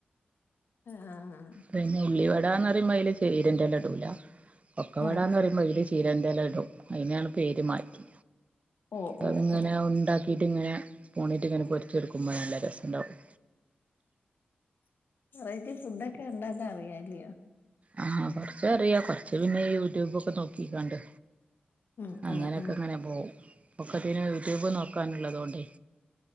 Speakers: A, on the left; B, on the right.
A: ആഹ്ആഹ്ആ
B: പിന്നെ ഉള്ളിവടാന്ന് പറയുമ്പോ അതില് ചീരന്റെ ഇല ഇടൂല കൊക്കവട
A: ആഹ്
B: എന്ന് പറയുമ്പോ അതില് ചീ ചീരന്റെ ഇല ഇടും അതിനെയാണ് പേര് മാറ്റി
A: ഓ
B: അപ്പം
A: ഓ
B: അതിങ്ങനെ
A: ഓ
B: ഉണ്ടാ ഇതിങ്ങനെ സ്പൂണിട്ട് ഇങ്ങെനെ പൊരിച്ചെടുക്ക്മ്പോനല്ല രസം ഇണ്ടാവും
A: വെറൈറ്റി ഫുഡൊക്കെ ഉണ്ടാക്കാ അറിയാല്ലിയൊ
B: ആഹ് കൊറച്ച് അറിയ കൊറച്ച് പിന്നെ യൂട്യൂബൊക്കെ നോക്കിക്കാണ്ട്
A: ഉം
B: അങ്ങനെയൊക്കെ
A: ഉം ഉം
B: അങ്ങനെ പോകും ഇപ്പൊക്കത്തിന് യുട്യൂബ് നോക്കാനുള്ളതുകൊണ്ടേ